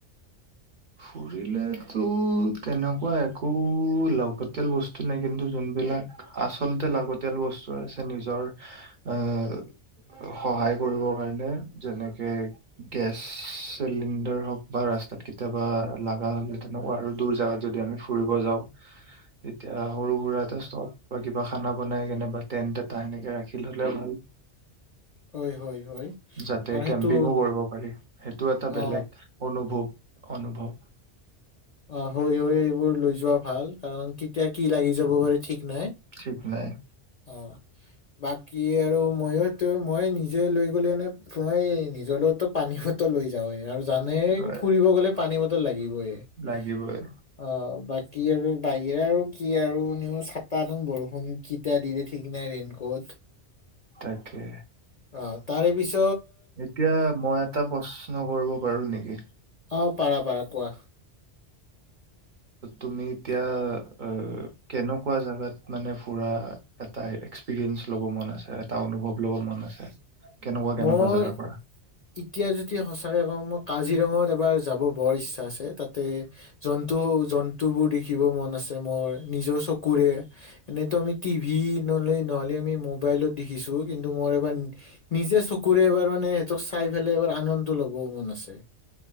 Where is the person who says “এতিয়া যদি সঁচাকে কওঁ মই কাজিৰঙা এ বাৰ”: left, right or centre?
Left